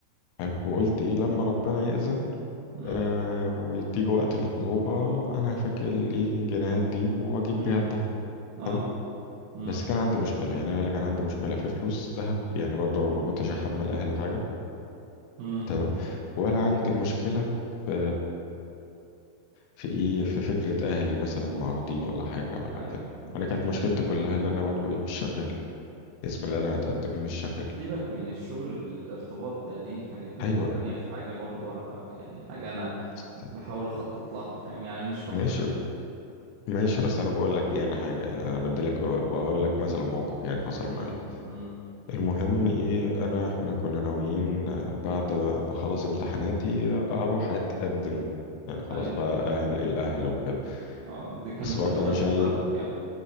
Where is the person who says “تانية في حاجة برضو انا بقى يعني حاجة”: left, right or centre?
Right